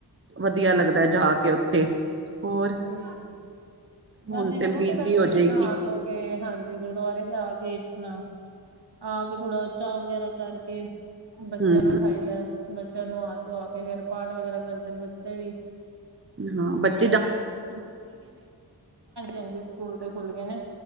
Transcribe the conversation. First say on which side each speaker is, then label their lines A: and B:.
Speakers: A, on the right; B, on the right.
A: ਵਦੀਆ ਲਗਦੈ ਜਾ ਕੇ ਓਥੇ, ਹੋਰ
B: ਠੀਕ ਐ,
A: ਹੁਣ
B: ਬਾਸ ਜੀ
A: ਤੇ
B: ਫੇਰ
A: ਬਿਜੀ
B: ਉਠੀ ਦਾ
A: ਹੋ
B: ਸਵੇਰੇ
A: ਜਾਏਗੀ
B: ਨਾਅ ਧੋ ਕੇ ਹਾਂਜੀ, ਗੁਰਦੁਆਰੇ ਜਾ ਕੇ ਅਪਨਾ ਆ ਕੇ ਥੋੜਾ ਚਾਹ ਵਗੈਰਾ ਕਰਕੇ। ਬੱਚਿਆਂ
A: ਹੂੰ
B: ਨੂੰ ਉਠਾਈਦਾ। ਬੱਚਿਆਂ ਨੂੰ ਨੂੰਆ ਧੁਆ ਕੇ ਫੇਰ ਪਾਠ ਵਗ਼ੈਰਾ ਕਰਦੇ ਨੇ ਬੱਚੇ ਵੀ।
A: ਹਾਂ ਬੱਚ।
B: ਚ ਹਾਂਜੀ- ਹਾਂਜੀ। ਸਕੂਲ ਤੇ ਖੁੱਲ ਗਏ ਨੇ।